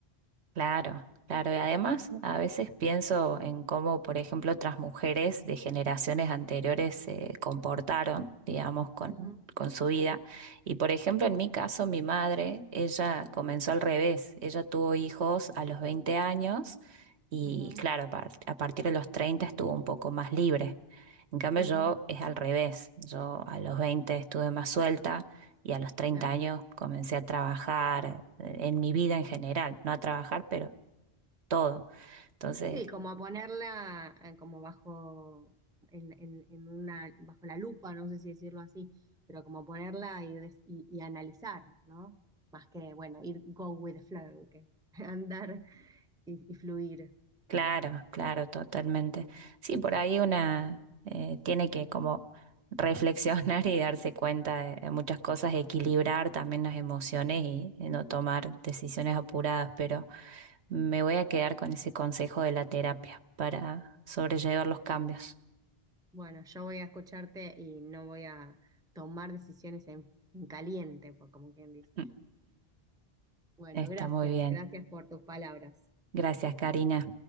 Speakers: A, on the right (about 75°); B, in the centre.
A: Claro, claro. Y además, a veces pienso en cómo, por ejemplo, otras mujeres de generaciones anteriores se comportaron, digamos, con,
B: Ujú,
A: con su vida. Y, por ejemplo, en mi caso, mi madre, ella comenzó al revés. Ella tuvo hijos a los 20 años y,
B: ujú,
A: claro, a, par- a partir de los 30 estuvo un poco más libre. En cambio,
B: ujú,
A: yo es al revés. Yo a los 20 estuve más suelta y a los treinta
B: claro.
A: años comencé a trabajar eh, en mi vida en general, no a trabajar, pero todo. Entonces,
B: Sí, como a ponerla eh, como bajo, en, en- en una, bajo la lupa, no sé si decirlo así, pero como ponerla y, des- y, y analizar, ¿no? Más que, bueno, ir go with the flow, que <laughs> andar y, y fluir.
A: claro, claro, totalmente. Sí, por ahí una eh, tiene que como reflexionar <laughs> y darse cuenta de, de muchas cosas, equilibrar también las emociones y, y no tomar decisiones apuradas, pero me voy a quedar con ese consejo de la terapia para sobrellevar los cambios.
B: Bueno, yo voy a escucharte y no voy a tomar decisiones en, en caliente, por como quien
A: <laughs>
B: dice. Bueno,
A: Está
B: gracias,
A: muy bien.
B: gracias por tus palabras.
A: Gracias, Karina.